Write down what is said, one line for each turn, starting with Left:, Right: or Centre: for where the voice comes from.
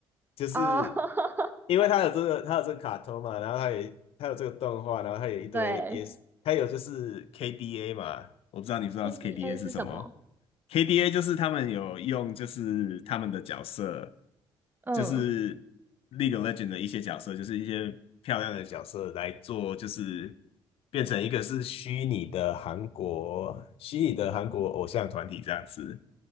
Left: 就是
Right: 哦，<laughs>
Left: 因为他有这个他有这个卡通嘛，然后他也他有这个动画，然后他有一堆也是他有就是
Right: 对
Left: KDA 嘛，我不知道你不知道是
Right: ，KDA
Left: KDA 是什么。
Right: 是什么？
Left: KDA 就是他们有用，就是他们的角色，
Right: 嗯，
Left: 就是 League of l e g e n d 的一些角色，就是一些漂亮的角色来做，就是变成一个是虚拟的韩国虚拟的韩国偶像团体这样子。